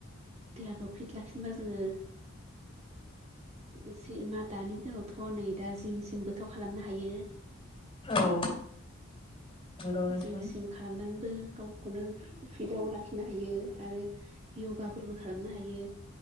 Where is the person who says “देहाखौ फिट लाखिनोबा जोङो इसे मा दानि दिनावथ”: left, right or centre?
Right